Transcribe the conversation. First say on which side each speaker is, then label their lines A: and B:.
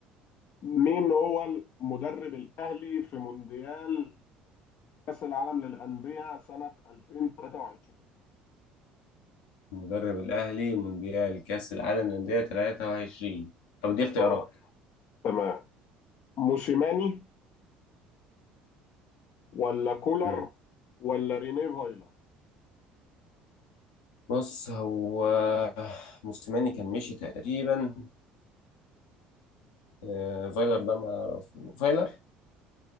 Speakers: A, on the left; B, on the left.
A: مين هو المدرب الاهلي في مونديال كاس العالم للانديه سنه 2023
B: مدرب الأهلي مونديال كأس العالم للأندية 23 طب دي اختيارات
A: اه تمام موسيماني ولا كولر
B: مم.
A: ولا ريني فايلر
B: بص هو موسيماني كان مشي تقريبا آه، فايلر ده ما أعرف فايلر